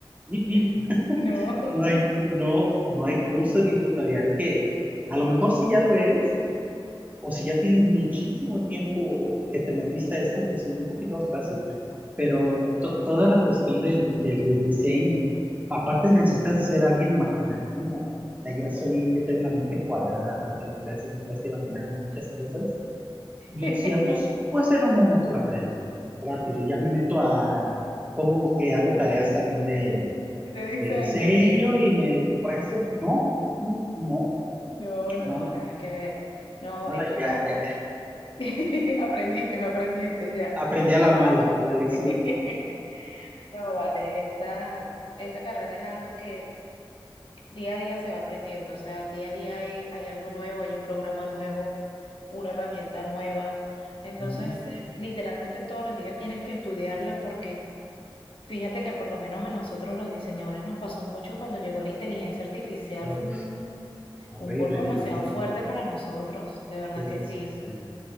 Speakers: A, on the right (about 20°); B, on the left (about 70°).
A: Mm, mm.
B: <laughs> No.
A: no hay,
B: <laughs>
A: cu- no, no hay curso ni tutorial que, a lo mejor si ya lo eres, o si ya tienes muchísimo tiempo que te metiste a esto, pues es un poquito más fácil. Pero to- toda la cuestión del, del, del diseño, aparte necesitas ser alguien imaginativo. O sea, yo soy, yo tengo una mente cuadrada, totalmente, a veces me cuesta imaginarme muchas cosas. Yo
B: De
A: decía, pues puede ser un momento lo aprendo rápido. Ya me meto a, pongo que hago tareas también de,
B: diseño.
A: de diseño y me dedico a eso. No, no,
B: No, no,
A: no,
B: nada que ver. No,
A: nada,
B: esto acá.
A: ya, ya.
B: <laughs> Aprendiste, aprendiste ya.
A: Aprendí a la mala, la lección.
B: <laughs> No, vale, esta, esta carrera es algo que Día a día se va aprendiendo, o sea, día a día hay, hay algo nuevo, hay un programa nuevo, una herramienta nueva. Entonces,
A: Ujú.
B: Sí. literalmente todos los días tienes que estudiarla porque fíjate que por lo menos a nosotros los diseñadores nos pasó mucho cuando llegó la inteligencia artificial,
A: Uf,
B: fue un,
A: horrible,
B: un vuelco demasiado
A: me imagino.
B: fuerte para nosotros, de verdad
A: Sí,
B: que sí.
A: sí, sí.